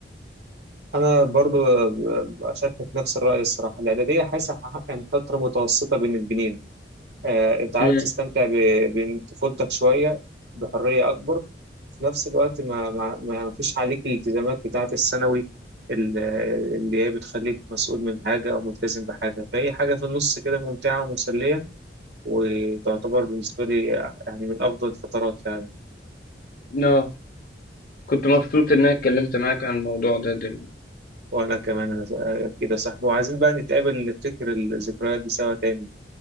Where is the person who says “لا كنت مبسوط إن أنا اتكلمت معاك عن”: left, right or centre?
Left